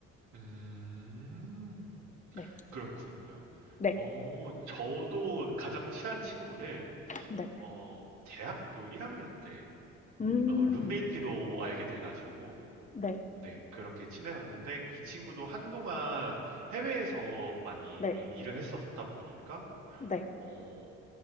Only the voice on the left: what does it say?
네.
네.
네.
음.
네.
네.
네.